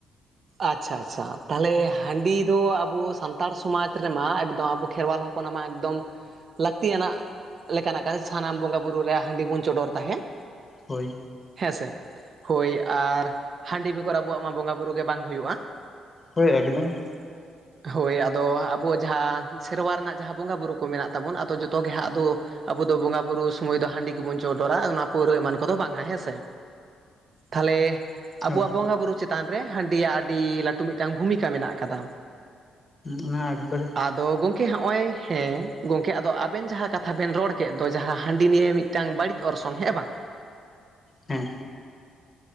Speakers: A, on the right; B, on the left.
A: ᱟᱪᱪᱷᱟ ᱟᱪᱪᱷᱟ ᱛᱟᱦᱚᱞᱮ ᱦᱟᱺᱰᱤ ᱫᱚ ᱟᱵᱚ ᱥᱟᱱᱛᱟᱲ ᱥᱚᱢᱟᱡᱽ ᱨᱮᱢᱟ ᱮᱠᱫᱚᱢ ᱟᱵᱚ ᱠᱷᱮᱨᱣᱟᱞ ᱦᱚ <inaudible> ᱦᱚᱯᱚᱱ ᱢᱟ ᱮᱠᱫᱚᱢ ᱞᱟᱹᱠᱛᱤ ᱟᱱᱟᱜ ᱞᱮᱠᱟᱱᱟᱜ ᱠᱟ ᱥᱟᱱᱟᱢ ᱵᱚᱸᱜᱟᱼᱵᱩᱨᱩ ᱨᱮ ᱦᱟᱺᱰᱤ ᱵᱚᱱ ᱪᱚᱰᱚᱨ ᱛᱟᱦᱮᱸ ᱾
B: ᱦᱳᱭ
A: ᱦᱮᱸᱥᱮ ᱦᱳᱭ ᱟᱨ ᱦᱟᱺᱰᱤ ᱵᱮᱜᱚᱨ ᱟᱵᱚᱣᱟᱜ ᱢᱟ ᱵᱚᱸᱜᱟ ᱵᱩᱨᱩ ᱜᱮ ᱵᱟᱝ ᱦᱩᱭᱩᱼᱟ ᱾
B: ᱦᱳᱭ ᱮᱠᱫᱚᱢ ᱾
A: <inaudible> ᱦᱳᱭ ᱟᱫᱚ ᱟᱵᱩ ᱡᱟᱦᱟᱸ ᱥᱮᱨᱣᱟ ᱨᱮᱱᱟᱜ ᱡᱟᱦᱟᱸ ᱵᱚᱸᱜᱟᱼᱵᱩᱨᱩ ᱠᱚ ᱢᱮᱱᱟᱜ ᱛᱟᱵᱚᱱ ᱟᱫᱚ ᱡᱚᱛᱚ ᱜᱮ ᱦᱟᱸᱜ ᱟᱫᱚ ᱟᱵᱚ ᱫᱚ ᱵᱚᱸᱜᱟ ᱵᱩᱨᱩ ᱥᱚᱢᱚᱭ ᱫᱚ ᱦᱟᱺᱰᱤ ᱜᱮᱵᱚᱱ ᱪᱚᱸᱰᱚᱨᱟ ᱚᱱᱟ ᱯᱟᱹᱣᱨᱟᱹ ᱮᱢᱟᱱ ᱠᱚᱫᱚ ᱵᱟᱝᱼᱟ ᱦᱮᱸᱥᱮ ᱛᱷᱟᱞᱮ ᱟᱵᱚᱣᱟᱜ
B: ᱦᱳᱭ
A: ᱵᱚᱸᱜᱟ ᱵᱩᱨᱩ ᱪᱮᱛᱟᱱ ᱨᱮ ᱦᱟᱺᱰᱤ ᱟᱜ ᱞᱟᱹᱴᱩ ᱢᱤᱫᱴᱟᱝ ᱵᱷᱩᱢᱤᱠᱟ ᱢᱮᱱᱟᱜ ᱟᱠᱟᱫᱟ
B: ᱚᱱᱟ ᱮᱠᱵᱟᱨᱮ
A: ᱟᱫᱚ ᱜᱚᱢᱠᱮ ᱦᱚᱜᱼᱚᱭ ᱦᱮᱸ ᱜᱚᱢᱠᱮ ᱟᱫᱚ ᱟᱵᱮᱱ ᱡᱟᱦᱟᱸ ᱠᱟᱛᱷᱟ ᱵᱮᱱ ᱨᱚᱲ ᱠᱮᱫ ᱫᱚ ᱡᱟᱦᱟᱸ ᱦᱟᱺᱰᱤ ᱱᱤᱭᱮ ᱢᱤ ᱴᱟᱝ ᱵᱟᱹᱲᱤᱡ ᱚᱨᱥᱚᱝ ᱦᱮᱸ ᱵᱟᱝ
B: ᱦᱮᱸ